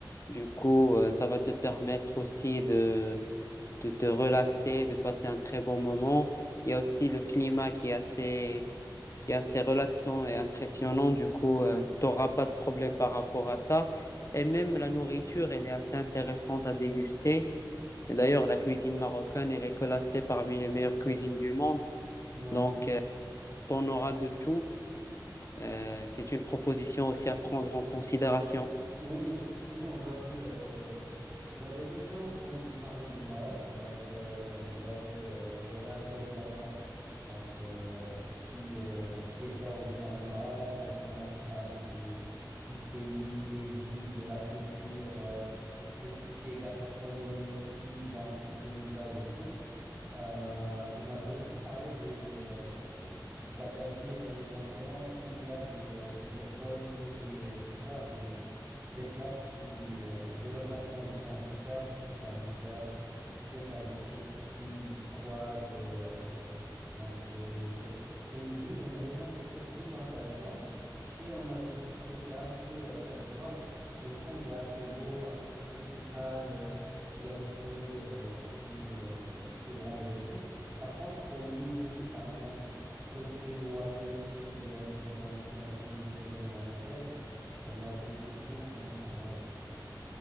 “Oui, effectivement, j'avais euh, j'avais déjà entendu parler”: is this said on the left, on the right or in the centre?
Right